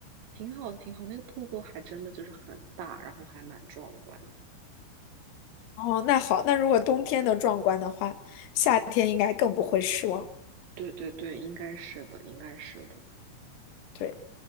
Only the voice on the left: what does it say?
哦，那好，那如果冬天的壮观的话，夏天应该更不会失望。
对，